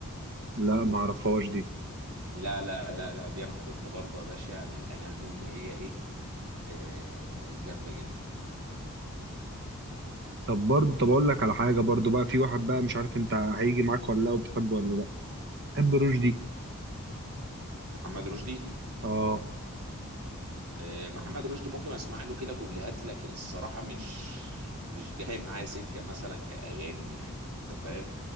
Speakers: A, on the right; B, on the right.
A: لا ما أعرفهاش دي
B: لا لا لا لا دي انا حاططها برضه يا باشا من الاغاني اللي هي ايه آه جامده جدا
A: طب برضه طب أقول لك على حاجة برضه بقى في واحد بقى مش عارف أنت هيجي معاك ولا لا وبتحبه ولا لا بحب رشدي
B: محمد رشدي
A: آه
B: آه محمد رشدي ممكن اسمع له كده كوبليهات لكن الصراحه مش مش جاي معايا سكه مثلا كاغاني يعني انت فاهم